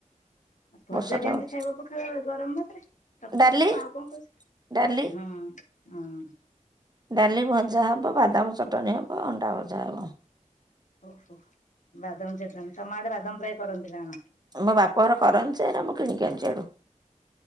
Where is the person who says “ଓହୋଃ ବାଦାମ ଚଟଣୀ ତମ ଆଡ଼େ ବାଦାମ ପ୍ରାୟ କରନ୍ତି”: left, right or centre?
Left